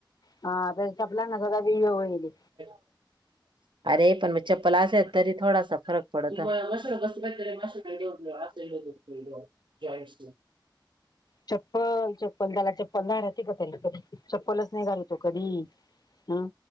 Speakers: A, on the left; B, on the right.
A: त्याच्या टपला ना सगळा वेळ येईल
B: <inaudible> अरे. पण मग चप्पल असेल तरी थोडासा फरक पडतो. <unintelligible> जॉईंट्स
A: चप्पल. चप्पल घाला चप्पल <unintelligible> का तरी चप्पलच नाही घालत. तो कधी? हं